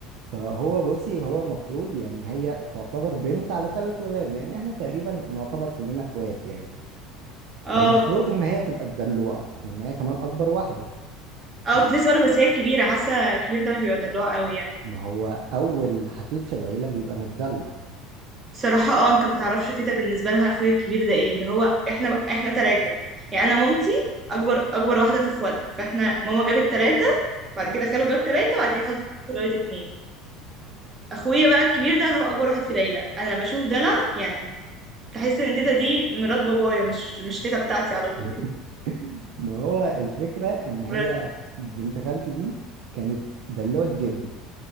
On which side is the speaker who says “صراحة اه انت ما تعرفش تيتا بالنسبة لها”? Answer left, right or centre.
Right